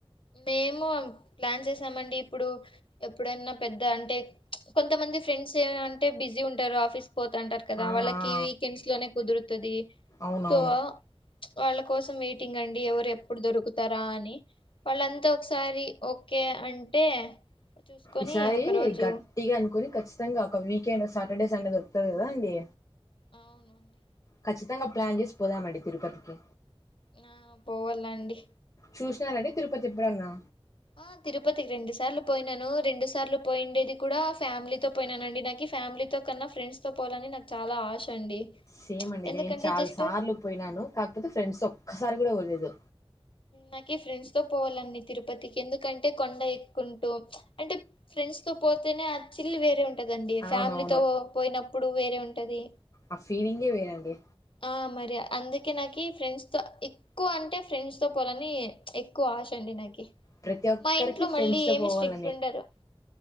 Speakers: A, on the left; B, on the left.
A: మేము ప్లాన్ చేసామండి ఇప్పుడు ఎప్పుడైనా పెద్ద అంటే కొంతమంది ఫ్రెండ్స్ ఏ అంటే బిజీ ఉంటారు ఆఫీస్ పోతంటారు కదా
B: ఆ!
A: వాళ్ళకి
B: ఆ!
A: వీకెండ్స్ లోనే కుదురుత తుది
B: అవునవును.
A: సో వాళ్ళ కోసం మీటింగ్ అండి ఎవరేం ఇప్పుడు దొరుకుతారా అని వాళ్ళంతా ఒకసారి ఓకే అంటే చూసుకొని
B: ఈసారి
A: ఒక రోజు
B: గట్టిగా అనుకొని ఖచ్చి తంగా ఒక వీకెండ్ సాటర్డే సండే దొరుకుతది గదా అండి
A: అవునండి
B: ఖచ్చితంగా ప్లాన్ చేసి పోదామండి తిరుపతికి
A: న పోవళ్ళండి
B: చూసినారండి తిరుపతి ఎప్పుడున్నా
A: ఆ తిరుపతికి రెండు సార్లు పోయినాను రెండు సార్లు పోయిండేది కూడా ఫ్యామిలీతో పోయినానండి నాకు ఫ్యామిలీతో కన్నా ఫ్రెండ్స్ తో పోవాలని నాకు చాలా ఆశ అండి
B: సేమ్ అండి
A: ఎందుకంటే
B: నేను చాలా
A: జస్ట్
B: సార్లు పోయినాను కాకపోతే ఫ్రెండ్స్ ఒక్కసారి కూడా పోలీదు
A: నాకి ఫ్రెండ్స్ తో పోవాలండి తిరుపతికి ఎందుకంటే కొండ ఎక్కుంటూ అంటే ఫ్రెండ్స్ తో పోతేనే ఆ చిల్ వేరే ఉంట టదండి
B: అవునవును.
A: ఫ్యామిలీతో పోయినప్పు ఇప్పుడు వేరె ఉంటది
B: ఆ ఫీలింగే వేరండి
A: అ మరి అందుకే నాకి ఫ్రెండ్స్ తో ఎక్కువ అంటే ఫ్రెండ్స్ తో పోలని ఎక్కువ ఆశ అండి నాకి
B: ప్రతి ఒక్కరికి
A: మా ఇంట్లో
B: ఫ్రెండ్స్
A: మళ్ళీ
B: తో
A: ఏమి
B: పోవాలని
A: స్ట్రిక్ట్ ఉండరు